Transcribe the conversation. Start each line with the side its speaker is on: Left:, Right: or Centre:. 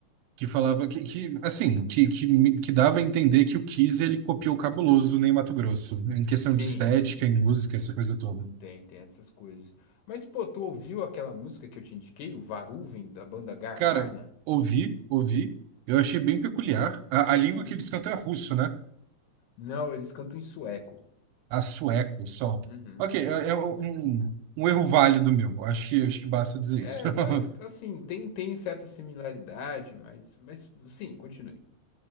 Right: que falava que, que assim, que, que, me- que dava a entender que o Kiss ele copiou o Cabuloso nem Mato Grosso, em questão
Left: Sim,
Right: de estética,
Left: sim,
Right: em música, essa coisa toda.
Left: tem tem essas coisas. Mas pô, tu ouviu aquela música que eu te indiquei, o Varuven da banda Garmarna?
Right: Cara, ouvi, ouvi, eu achei bem peculiar. A, a língua que
Left: Uhum.
Right: eles cantam é russo, né?
Left: Não, eles cantam em sueco.
Right: A sueco só.
Left: Uhum.
Right: Ok, é, é um, um erro válido meu, acho que, acho que basta dizer
Left: É,
Right: isso. <laughs>
Left: tá, assim, tem, tem certa similaridade, mas, mas sim, continue.